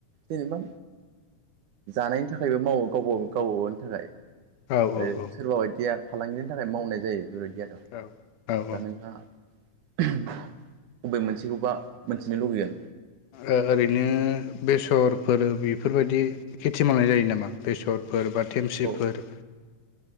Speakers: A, on the right; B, on the left.
A: जेनेबा जानायनि थाखायबो मावो गावब' गावबागावनि थाखाय।
B: औ
A: आरो
B: औ औ
A: सोरबा बायदिया फालांगिनि थाखाय मावनाय जायो बेफोरबादि, बिदि आरो
B: औ औ औ
A: दा नोंथाङा उहुम अबे मोनसेखौबा मोनथिनो लुबैगोन?
B: ओ ओरैनो बेसरफोर बेफोरबायदि खेथि मावनाय जायो नामा? बेसर, फोर बा थेमसिफोर
A: औ